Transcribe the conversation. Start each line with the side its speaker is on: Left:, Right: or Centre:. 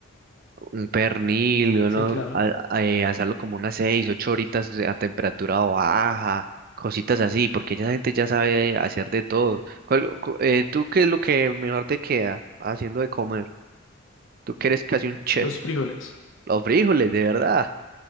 Right: un pernil, uno,
Left: Sí, claro,
Right: a- a- eh, hacerlo como unas seis, ocho horitas a temperatura baja, cositas así, porque ya la gente ya sabe hacer de todo. ¿Cuál- cu- eh, ¿tú qué es lo que mejor te queda haciendo de comer? Tú que eres casi un chef.
Left: los frijoles.
Right: Los frijoles, de verdad.